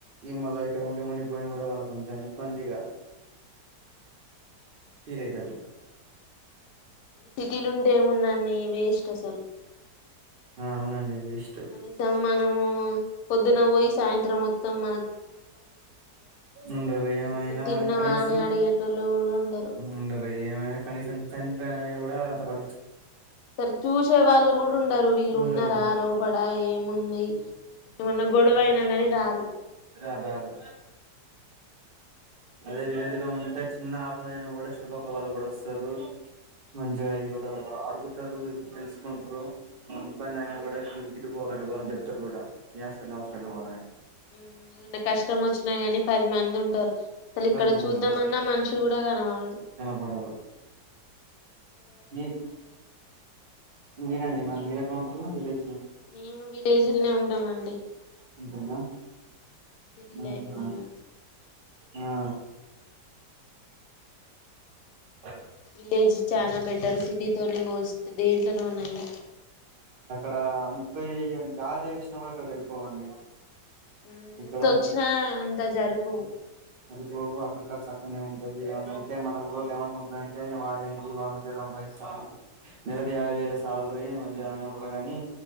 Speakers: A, on the right (about 85°); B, on the left (about 75°).
A: ఈ మళా ఇక్కడ ఉండి ఉండి పోయిన కూడా మళ్ళ కొంచెం ఇబ్బందిగా ఫీల్ అయితారు
B: సిటీలుంటే ఏమున్నాడి వేస్ట్ అసలు
A: ఆ అవునండి వేస్ట్
B: కనీసం మనము పొద్దున పోయి సాయంత్రం తమ
A: ఉండరు ఏమైనా
B: కనీసం తిన్నవా
A: కనీసం
B: అని అడిగేటోళ్ళు కూడా ఉండరు
A: ఉండరు ఏమైనా కనీసం చనిపో కూడా అంత ప
B: సరే చూసే వాళ్ళు కూడా ఉండరు వీళ్ళు
A: ఉండరు
B: ఉన్నారా
A: ఉండరు
B: లోపడా ఏముంది ఏమన్నా గొడవయినా కానీ రారు
A: రార్ రార్ అదే విలేజీలో ఉంటే చిన్న ఆపదయినా కూడా చుట్టుపక్కల వాళ్ళు కూడా వస్తారు. మంచకాయ చుడు అడు చెప్తారు తెలుసుకుంటారుఏమి ఇబ్బంది అయిన కూడా గిడిపోగడుపో అని చెప్తారు కూడా ఈ హాస్పిటల్ హాస్పిటల్ పోని
B: ఊ ఏదన్నా కష్టం వచ్చినా గాని పది మంది ఉంటారు. అసల్ ఇక్కడ
A: పంచుకుంటారు
B: చూద్దామన్నా మనిషి కూడా కనవడదు.
A: గుణపడరు మీ మీరండి మరి మీరేక్కడుంటారు విలేజ్
B: మేము విలేజీలోనే ఉంటామండి.
A: ఎంతైంద
B: సిటీ
A: ఆ
B: లైఫ్ మాకు
A: ఆ
B: నచ్చదు
A: ఆ <unintelligible>
B: విలేజ్ చానా బెటర్ సిటీ తోనే మోస్త దేంట్లోనేన్నాయి.
A: ఇడ ముప్పై యాబై వేలువచ్చినా కూడా ఇక్కడ సరిపోవండి.
B: హు
A: ఇక్కడ
B: ఎంతొచ్చినా అంత జరుపు
A: అదిపో అక్కడక్కడ చక్కనే ఉంటుంది అంటే మన ఊళ్లో ఏమనుకుంటురంటే వాడేంటి వాడు మంచి సంపాదిస్తారు. నెలది యాబై వేలే సాలరి మన్ ఉంటారు కాగానీ